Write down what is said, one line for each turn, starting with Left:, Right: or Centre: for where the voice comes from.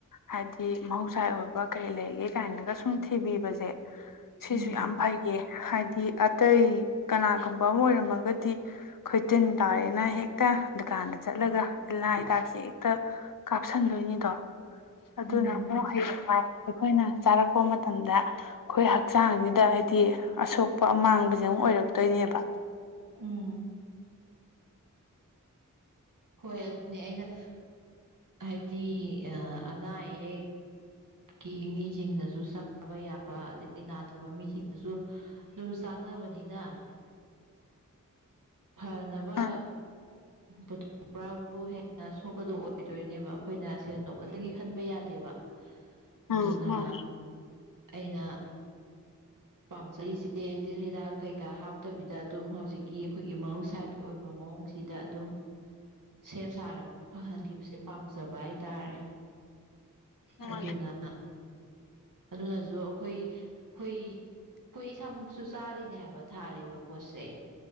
Left: ꯍꯥꯏꯗꯤ ꯃꯍꯧꯁꯥ ꯑꯣꯏꯕ ꯀꯔꯤ ꯂꯩꯒꯦ ꯀꯥꯏꯅꯒ ꯁꯨꯝ ꯊꯤꯕꯤꯕꯁꯦ ꯁꯤꯁꯨ
Right: ꯎꯝ
Left: ꯌꯥꯝ ꯐꯩꯌꯦ ꯍꯥꯏꯗꯤ ꯑꯇꯩ ꯀꯅꯥꯒꯨꯝꯕ ꯑꯃ ꯑꯣꯏꯔꯝꯃꯒꯗꯤ ꯈꯣꯏꯇꯤꯟ ꯇꯥꯔꯦꯅ ꯍꯦꯛꯇ ꯗꯨꯀꯥꯟꯗ ꯆꯠꯂꯒ ꯇꯤꯜꯍꯥꯠ ꯍꯤꯗꯥꯛꯁꯦ ꯍꯦꯛꯇ ꯀꯥꯞꯁꯤꯟꯗꯣꯏꯅꯤꯗꯣ ꯑꯗꯨꯅ
Right: ꯎꯝ
Left: ꯑꯃꯨꯛ ꯍꯌꯦꯡꯋꯥꯏ ꯑꯩꯈꯣꯏꯅ ꯆꯥꯔꯛꯄ ꯃꯇꯝꯗ ꯑꯩꯈꯣꯏ ꯍꯛꯆꯥꯡꯁꯤꯗ ꯍꯥꯏꯗꯤ ꯑꯁꯣꯛꯄ ꯑꯃꯥꯡꯕꯁꯦ ꯑꯃꯨꯛ ꯑꯣꯏꯔꯛꯇꯣꯏꯅꯦꯕ
Right: ꯎꯝ ꯍꯣꯏ ꯑꯗꯨꯅꯦ ꯑꯩꯅ ꯍꯥꯏꯗꯤ ꯑ ꯑꯅꯥ ꯑꯌꯦꯛ ꯀꯤ ꯃꯤꯁꯤꯡꯅꯁꯨ ꯁꯥꯕ ꯌꯥꯕꯗ ꯑꯩꯈ ꯅꯥꯗꯕ ꯃꯤꯁꯤꯡꯅꯁꯨ ꯑꯗꯨꯝ ꯆꯥꯅꯕꯅꯤꯅ ꯐꯅꯕ
Left: ꯑꯥ
Right: ꯎ ꯄ꯭ꯔꯕꯨ ꯍꯦꯟꯅ ꯁꯣꯛꯄꯗꯣ ꯑꯣꯏꯗꯣꯏꯅꯦꯕ ꯑꯩꯈꯣꯏꯅ ꯁꯦꯟꯗꯣꯡ ꯈꯛꯇꯪꯒꯤ ꯈꯟꯕ ꯌꯥꯗꯦꯕ ꯑꯗꯨꯅ
Left: ꯑꯥ ꯃꯥꯅꯦ
Right: ꯑꯩꯅ ꯄꯥꯝꯖꯔꯤꯁꯦ ꯇꯤꯜ ꯍꯤꯗꯥꯛ ꯀꯩꯀꯥ ꯍꯥꯞꯇꯕꯤꯗ ꯑꯗꯨꯝ ꯍꯧꯖꯤꯛꯀꯤ ꯑꯩꯈꯣꯏꯒꯤ ꯃꯍꯧꯁꯥꯒꯤ ꯒꯤ ꯑꯣꯏꯕ ꯃꯑꯣꯡꯁꯤꯗ ꯑꯗꯨꯝ ꯁꯦꯝ ꯁꯥꯔꯒ ꯐꯍꯟꯈꯤꯕꯁꯦ ꯄꯥꯝꯖꯕ ꯍꯥꯏꯇꯥꯔꯦ
Left: ꯃꯥꯅꯦ
Right: ꯑꯗꯨꯅ ꯑꯗꯨꯅꯁꯨ ꯑꯩꯈꯣꯏ ꯑꯩꯈꯣꯏ ꯑꯩꯈꯣꯏ ꯏꯁꯥꯃꯛꯁꯨ ꯆꯥꯔꯤꯅꯦ ꯍꯥꯏꯕ ꯊꯥꯔꯤꯕ ꯄꯣꯠꯁꯦ